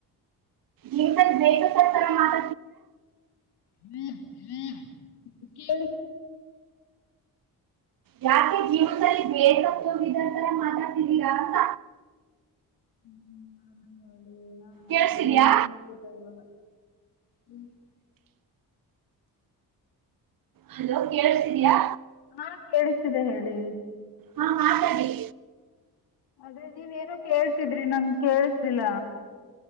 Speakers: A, on the right (about 60°); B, on the left (about 85°).
A: ನಿನ್ ಬೇಕು ತರ್ಕರ ಮಾತ
B: ಹ್ಮ ಹ್ಮ ಕೆ
A: ಯಾಕೆ ಜೀವನದಲ್ಲಿ ಬೇರೆ ಹೊ ತೋಗಿದತರ ಮಾತಾಡ್ತಿದ್ದೀರಾ ಅಂತ
B: ಹ್ಮ್ ಹ ನ
A: ಕೇಳಿಸ್ತಿದ್ಯಾ
B: ಏನ್ ಮಾಡೋದಿಲ್ಲ ಇವಾಗ ಹ್ಮ್ <inaudible>
A: ಹಲೋ ಕೇಳುಸಿತ್ತದೆಯಾ
B: ಹಾ ಕೇಳಿಸಿದೆ ಹೇಳಿ
A: ಹಾ ಮಾತಾ್ದೀಿ
B: ಆದ್ರೆ ನೀವೇಏನೋ ಕೇಳ್ತಿದ್ರಿ ನನ್ ಕೇೇಳಿಸಿಲ್ಲ